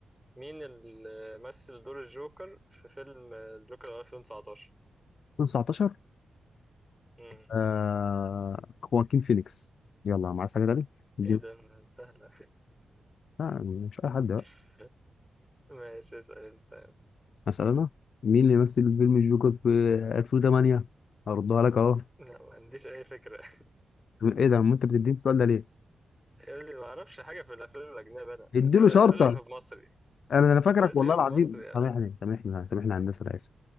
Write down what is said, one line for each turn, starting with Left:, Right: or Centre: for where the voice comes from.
Centre: مين اللي مثل دور الجوكر في فيلم الجوكر 2019
Left: 2019
Centre: امم
Left: آه خواكين فينيكس يلا ما عرفت حاجه تاني دي-
Centre: ايه ده ما سهلة
Left: لا مش اي حد بقى
Centre: <laughs> ماشي اسأل انت
Left: مثلا انا مين اللي مثل فيلم جوكر في 2008 هردها لك اهو
Centre: لا ما عنديش اي فكرة <laughs>
Left: ايه ده ما انت بتديني السؤال ده ليه
Centre: يا ابني ما اعرفش حاجة في الافلام الاجنبية انا
Left: اديله
Centre: أنا
Left: شرطه
Centre: اسألني في المصري
Left: انا انا فاكرك
Centre: اسألني
Left: والله
Centre: في المصري
Left: العظيم
Centre: يا
Left: سامحني
Centre: عم
Left: سامحني سامحني هندسه انا اسف